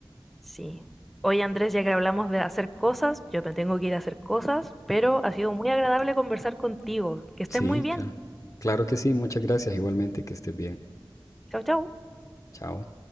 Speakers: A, in the centre; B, on the left (about 45°).
A: Sí. hoy Andrés, ya que hablamos de hacer cosas, yo me tengo que ir a hacer cosas, pero ha sido muy agradable conversar contigo. Que estés
B: Sí,
A: muy bien.
B: claro. Claro que sí, muchas gracias igualmente, que estés bien.
A: Chau, chau.
B: Chao.